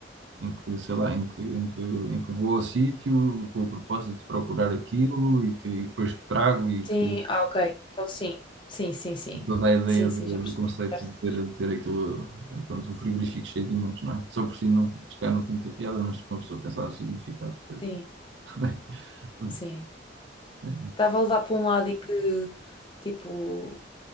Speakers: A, on the right; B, on the left.
A: em que, sei lá, em que, em que, em que vou ao sítio com o propósito de procurar aquilo e que e depois que trago e
B: Sim,
A: que
B: ah, ok. Então sim, sim, sim, sim.
A: toda a ideia
B: Sim,
A: do,
B: sim, já percebi.
A: do conceito
B: o que estás
A: de
B: a dizer.
A: ter, de ter aquilo, eh, pronto, o frigorífico cheio de ímãs, não é? Só por si não, se calhar não tem muita piada, mas se uma pessoa pensar no significado, depois,
B: Sim,
A: <laughs> pronto,
B: sim.
A: é,
B: Estava a levar para um lado e que, tipo,